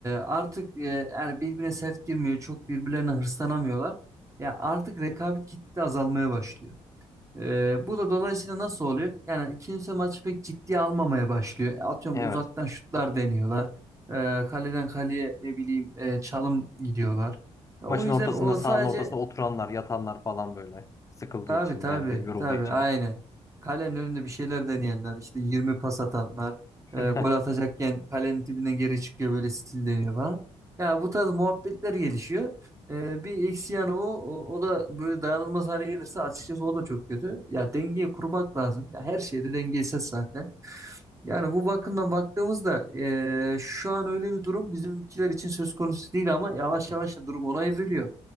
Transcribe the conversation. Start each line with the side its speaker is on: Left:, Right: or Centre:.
Right: artık e, yani birbirine sert girmiyor. Çok birbirlerine hırslanamıyorlar. Ya artık rekabet gitgide azalmaya başlıyor. E, bu da dolayısıyla nasıl oluyor? Yani kimse maçı pek ciddiye almamaya başlıyor. E, Atıyorum
Left: Evet.
Right: uzaktan şutlar deniyorlar. E, kaleden kaleye ne bileyim e, çalım gidiyorlar. E, O
Left: Maçın
Right: yüzden
Left: ortasında
Right: o
Left: sahanın
Right: sadece
Left: ortasında oturanlar, yatanlar falan böyle. Sıkıldığı
Right: Tabii
Left: için
Right: tabii
Left: yani benim yorulduğu
Right: tabii
Left: için.
Right: aynen. Kalenin önünde bir şeyler deneyenler işte 20 pas atanlar e,
Left: <laughs>
Right: gol atacakken kalenin dibinden geri çıkıyor böyle stil deniyor falan. Ya bu tarz muhabbetler gelişiyor. E, bir eksi yanı o, o o da böyle dayanılmaz hale gelirse açıkçası o da çok kötü. Ya dengeyi kurmak lazım. Ya her şeyde dengesiz zaten. Yani bu bakımdan baktığımızda e, şu an öyle bir durum bizimkiler için söz konusu değil ama yavaş yavaş da durum ona evriliyor.